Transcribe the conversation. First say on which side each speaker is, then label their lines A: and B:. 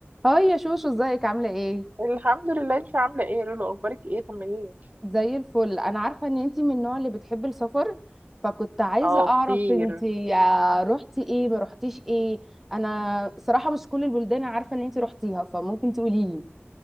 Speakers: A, in the centre; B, on the right.
A: هاي يا شوشو ازيك عاملة ايه؟
B: الحمد لله انت عامله ايه يا لولو اخبارك ايه طمنيني
A: زي الفل انا عارفة ان انتي من النوع اللي بتحب السفر فكنت عايزة
B: اه
A: اعرف
B: كتير
A: انتي آه، روحتي ايه ما روحتيش ايه انا صراحة مش كل البلدان عارفة ان انتي روحتيها فممكن تقوليلي